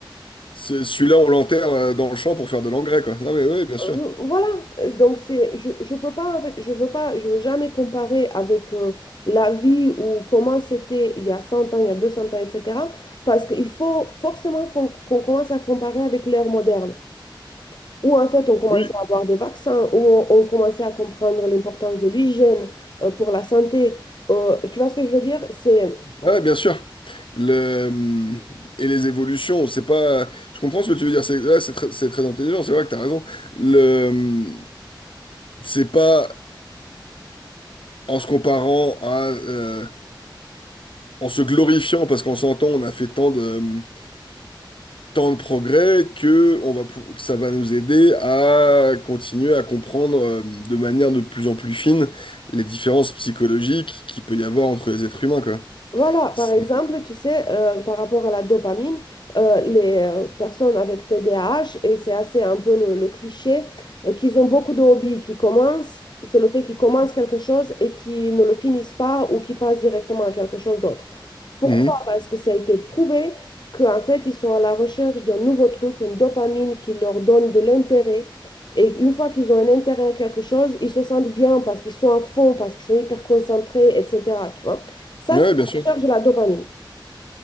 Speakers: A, on the left (about 85°); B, on the left (about 60°).
A: ce- celui-là, on l'enterre euh, dans le champ pour faire de l'engrais, quoi. Non, mais oui, bien sûr.
B: Euh, voilà, Euh, donc c'est, je, je peux pas, en fait, je veux pas, je veux jamais comparer avec euh, la vie ou comment c'était il y a 100 ans, il y a 200 ans, etc. Parce qu'il faut forcément qu'on qu'on commence à comparer avec l'ère moderne. où en fait on commençait
A: Oui,
B: à avoir des vaccins, où on, on commençait à comprendre l'importance de l'hygiène euh, pour la santé. Euh, tu vois ce que je veux dire? C'est
A: Ah ouais, bien sûr. Le, hum, et les évolutions, c'est pas. Je comprends ce que tu veux dire. C'est ouais, c'est très, c'est très intelligent. C'est vrai que t'as raison. Le, hum, c'est pas en se comparant à, euh, en se glorifiant parce qu'en s'entend, on a fait tant de, hum, tant de progrès que on va, pou- que ça va nous aider à continuer à comprendre euh, de manière de plus en plus fine les différences psychologiques qu'il peut y avoir entre les êtres humains, quoi.
B: Voilà,
A: C'est-
B: par exemple, tu sais, euh, par rapport à la dopamine, euh, les euh, personnes avec TDAH, et c'est assez un peu le, le cliché, euh, qu'ils ont beaucoup de hobbies qui commencent, c'est le fait qu'ils commencent quelque chose et qu'ils ne le finissent pas ou qu'ils passent directement à quelque chose d'autre. Pourquoi?
A: Mhm.
B: Parce que ça a été prouvé qu'en fait, ils sont à la recherche d'un nouveau truc, une dopamine qui leur donne de l'intérêt. Et une fois qu'ils ont un intérêt à quelque chose, ils se sentent bien parce qu'ils sont à fond, parce qu'ils sont hyper concentrés, etc. Tu vois? Ça,
A: Ouais, bien sûr.
B: recherche de la dopamine.